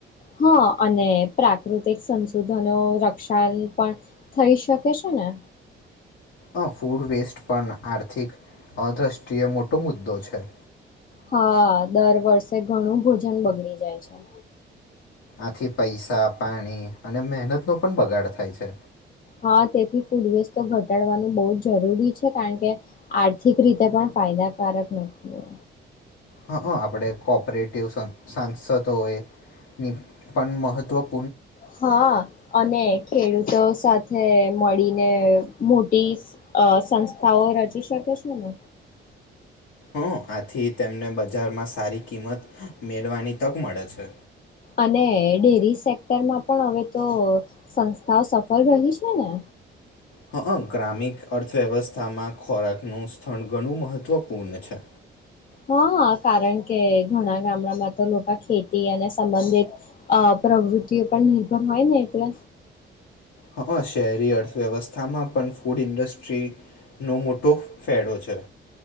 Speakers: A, on the left; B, on the left.
A: હા અને પ્રાકૃતિક સંશોધનો રક્ષણ પણ થઈ શકે છે ને
B: આ ફૂડ વેસ્ટ પણ આર્થિક અદ્રષ્ટિય મોટો મુદ્દો છે
A: હા દર વર્ષે ઘણું ભોજન બગડી જાય છે
B: આથી પૈસા પાણી અને મહેનત નો પણ બગાડ થાય છે
A: હા તેથી ફૂડ વેસ્ટ તો ઘટાડવાનું બહ જ જરૂરી છે કારણ કે આર્થિક રીતે પણ ફાયદાકારક નથી એ
B: હા આપણે કોપરેટિવ સાંસદ એની પણ મહત્વ
A: હા અને ખેડૂતો સાથે મળીને મોટી સંસ્થાઓ રચી શકે છે ને
B: હ થી તેમને બજારમાં સારી કિંમત મેળવવાની તક મળે છે
A: અને ડેરી સેક્ટર માં પણ હવે તો સંસ્થાઓ સફળ રહી છે ને
B: હ ગ્રામિક અર્થવ્યવસ્થામાં ખોરાકનું સ્થળ ઘણું મહત્વપૂર્ણ છે
A: હા કારણ કે ઘણા ગામડામાં તો લોકો ખેતી અને સંબંધિત પ્રવૃત્તિઓ પર નિર્ભર હોય ને એટલે
B: હા શહેરી અર્થવ્યવસ્થામાં પણ ફૂડ ઇન્ડસ્ટ્રીનો મોટો ફાયડો છે